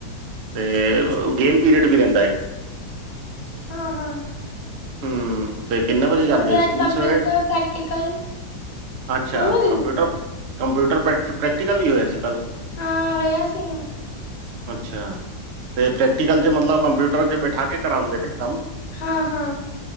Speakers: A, on the right; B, on the left.
A: ਤੇ ਗੇਮ ਪੀਰੀਅਡ ਵੀ ਰੈੰਦਾ ਇ
B: ਹਾਂ-ਹਾਂ।
A: ਹੂੰ ਤੇ ਕਿੰਨੇ ਵਜੇ
B: ਉਹਦੇ
A: ਜਾਂਦੇ
B: ਬਾਅਦ
A: ਸਕੂਲ
B: ਕੰਪਿਊਟਰ
A: ਸਵੇਰੇ?
B: ਪ੍ਰੈਕਟੀਕਲ
A: ਅੱਛਾ
B: ਸਕੂਲ
A: ਕੰਪਿਊਟਰ ਕੰਪਿਊਟਰ ਪ੍ਰੈਕ ਪ੍ਰੈਕਟੀਕਲ ਵੀ ਹੋਇਆ ਸੀ ਕੱਲ੍ਹ
B: ਹਾਂ ਹੋਯਾ ਸੀ।
A: ਅੱਛਾ ਤੇ ਪ੍ਰੈਕਟੀਕਲ ਚ ਮਤਲਬ ਕੰਪਿਊਟਰ ਚ ਬੈਠਾ ਕੇ ਕਰਾਂਦੇ ਨੇ ਕੰਮ
B: ਹਾਂ-ਹਾਂ।